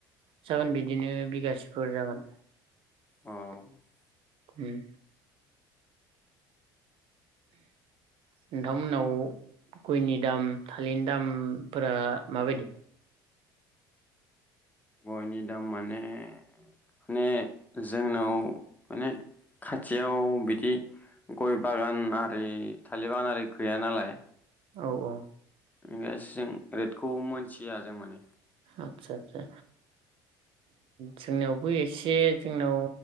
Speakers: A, on the right (about 55°); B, on the left (about 15°).
A: जागोन बिदिनो बिगासेफोर जागोन।
B: औ
A: अ उम। नोंथांमोनाव गयनि दाम थालिरनि दामफोरा माबायदि
B: गयनि दाम माने माने जोंनाव माने खाथियाव बिदि गय बागान आरि थालिर बागान आरि गैया नालाय
A: औ औ
B: बेसे रेटखौ मोनथिया जों माने
A: आदसा आदसा जोंनावबो एसे जोंनाव